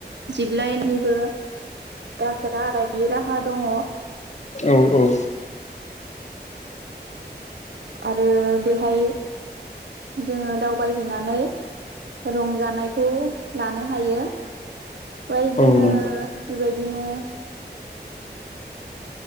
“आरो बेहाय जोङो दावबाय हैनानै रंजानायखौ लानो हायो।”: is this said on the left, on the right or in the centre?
Right